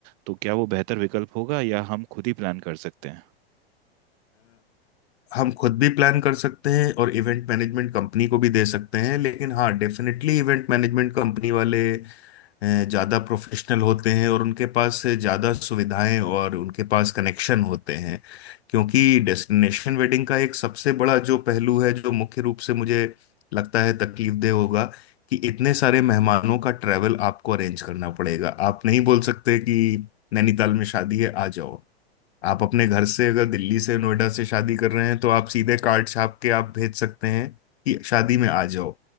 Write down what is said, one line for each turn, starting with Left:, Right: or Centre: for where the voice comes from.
Right: तो क्या वो बेहतर विकल्प होगा या हम खुद ही प्लान कर सकते हैं
Left: हम खुद भी प्लान कर सकते हैं और इवेंट मैनेजमेंट कंपनी को भी दे सकते हैं लेकिन हाँ डेफिनेटली इवेंट मैनेजमेंट कंपनी वाले अ, ज़्यादा प्रोफेशनल होते हैं और उनके पास ज़्यादा सुविधाएं और उनके पास कनेक्शन होते हैं क्योंकि डेस्टिनेशन वेडिंग का एक सबसे बड़ा जो पहलू है जो मुख्य रूप से मुझे लगता है तकलीफदेह होगा कि इतने सारे मेहमानों का ट्रैवल आपको अरेंज करना पड़ेगा आप नहीं बोल सकते कि नैनीताल में शादी है आ जाओ आप अपने घर से अगर दिल्ली से नोएडा से छादी कर रहे हैं तो आप सीधे कार्ड छाप के आप भेज सकते हैं कि शादी में आ जाओ